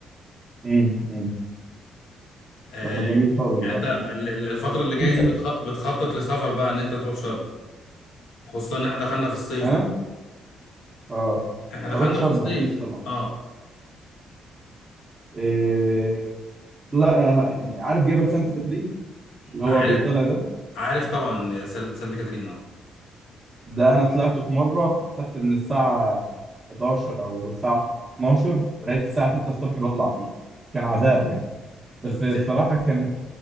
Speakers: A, on the right; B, on the left.
A: امم امم
B: آه،
A: طب ما جميل خالص
B: يعني
A: بقى
B: انت ال-
A: أنا
B: ال- الفترة اللي جاية
A: نفسك
B: دي بتخ- بتخطط لسفر بقى ان انت تروح شرم خصوصا ان احنا دخلنا في الصيف
A: أنا
B: بقى
A: أه
B: احنا دخلنا
A: هروح شرم
B: في الصيف
A: أكيد طبعا
B: اه
A: إيه... لا يعني عارف جبل سانت كاترين اللي هو
B: عارف
A: بيطلع ده
B: عارف طبعا س- سانت كاترين اه
A: ده انا طلعت في مره خدت من الساعه 11 او الساعه 12 لغايه الساعه 6 الصبح بطلع فيه كان عذاب يعني بس
B: الت-
A: الصراحه كانت